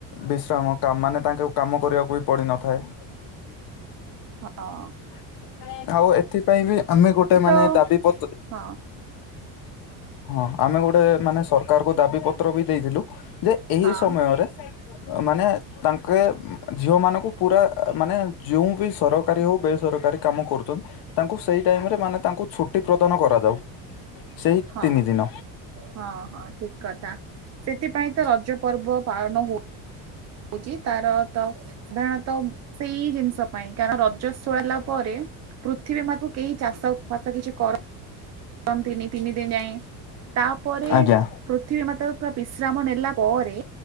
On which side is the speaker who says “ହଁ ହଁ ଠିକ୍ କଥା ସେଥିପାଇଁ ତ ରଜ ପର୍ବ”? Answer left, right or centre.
Right